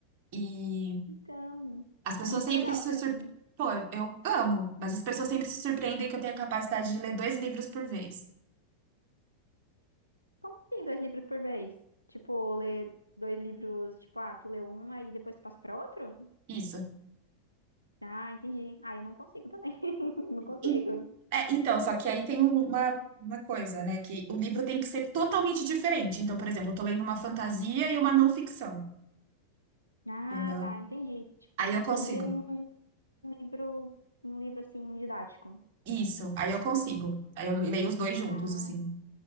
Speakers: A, on the right (about 45°); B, on the right (about 90°).
A: E
B: Então.
A: as pessoas
B: É muito
A: sempre
B: legal
A: se
B: ser
A: surpreendem.
B: assim.
A: Pô, eu amo, mas as pessoas sempre se surpreendem que eu tenho a capacidade de ler dois livros por vez.
B: Como assim, dois livros por vez? Tipo, ler dois livros. Tipo, ah, tu lê um, aí depois tu passa pra outro?
A: Isso.
B: Ah, entendi. Ah, eu não consigo também. <laughs> Não consigo.
A: Em- é, então, só que aí tem um, uma, uma coisa, né? Que o livro tem que ser totalmente diferente. Então, por exemplo, eu tô lendo uma fantasia e uma não ficção,
B: Ah,
A: entendeu?
B: tá, entendi. Tipo
A: Aí
B: uma fantasia
A: eu consigo.
B: e um livro, um livro assim didático.
A: Isso, aí eu consigo. Aí eu leio os dois juntos,
B: Ah,
A: assim.